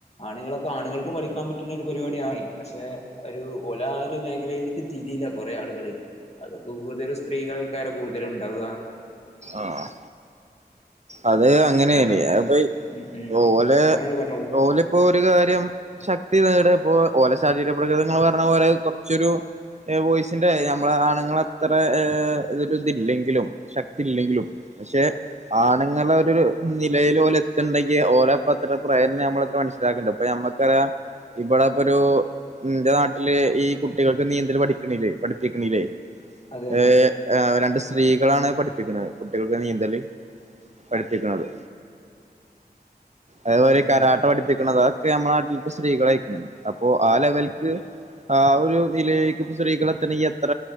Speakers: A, on the left; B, on the right.
A: ആണുങ്ങളൊ ആണുങ്ങൾക്കും പഠിക്കാൻ പറ്റണ ഒരു പരിപാടിയാണ് പക്ഷെ ഒരു ഒലാ മ മേഖലയിലേക്ക് തിരില്ല കുറെ ആളുകള് അതൊക്കെ കൂടുതലും സ്ത്രീകളൊക്കാര കൂടുതലും ഇണ്ടാവ
B: ആഹ് അത് അങ്ങനേന്
A: കാരണം
B: അപ്പ
A: ഉം ഉം
B: ഓലെ
A: പറഞ്ഞോളൂ പറഞ്ഞോളൂ
B: ഓല് ഇപ്പൊ ഒരു കാര്യം ശക്തി നേട ഇപ്പോ ഓല ശാരീരിക പ്രകൃതങ്ങൾ ങ്ങള് പർഞ്ഞ പോലെ കൊർച്ചൊരു ബോയ്സിന്റെ നമ്മളെ ആണുങ്ങൾ അത്രരു ഇതില്ലെങ്കിലും ശക്തി ഇല്ലെങ്കിലും പക്ഷെ ആണുങ്ങളെ ഒരു നിലയില് ഒലെത്തണ്ടെങ്കി ഓലെ അത്ര പ്രെയത്നം നമ്മളത്ര മനസ്സിലാക്കണ്ടത് ഇപ്പ മ്മക്കാ ഇബടെപ്പൊ ഒരു ഇന്റെ നാട്ടില് ഈ കുട്ടികൾക്ക് നീന്തൽ പഠിക്കല് പഠിപ്പിക്കണിലെ
A: അതെ അതെ
B: ഏ ഏ രണ്ട് സ്ത്രീകളാണ് പഠിപ്പിക്കണത് കുട്ടികൾക്ക് നീന്തൽ പഠിപ്പിക്കണത് അതപോലെ
A: ഉം ഉം
B: കരാട്ട പഠിപ്പിക്കണത് ക്കെ നമ്മള നാട്ടിലിപ്പോ സ്ത്രീകളയ്ക്കണ അപ്പൊ ആ ലെവൽക്ക് ആ ഒരു നിലയിലേക്ക് ഇപ്പം സ്ത്രീകളെത്തണെങ്കി എത്ര